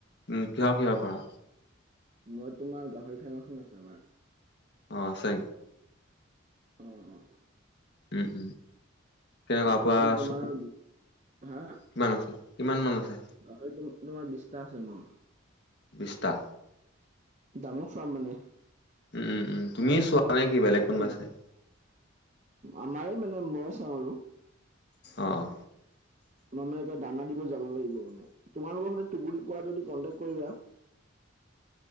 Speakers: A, on the left; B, on the right.
A: উম কিহৰ কিহৰ কৰা
B: মই তোমাৰ গাহৰি ফাৰ্ম এখন আছে আমাৰ
A: অ আছে
B: অ অ
A: উম কেনেকুৱা
B: গাহৰি
A: পুৰা
B: তোমাৰ
A: চকু
B: হা
A: কিমান আছে কিমান মান আছে
B: গাহৰি তোমাৰ বিছটা আছে মোৰ
A: বিছটা
B: ডাঙৰ ফাৰ্ম মানে
A: উম উম উম তুমিয়ে চোৱা নে কি বেলেগ
B: এতিয়া
A: কোনোবা চাই
B: আমাৰে মানে মইয়ে চাওঁ আৰু
A: অঁ
B: তোমাৰ মানে এতিয়া দানা দিব যাব লাগিব মানে তোমালোকৰ লগৰ হ'লে টুঙগুৰি পোৱা যদি কণ্টেক কৰিবা।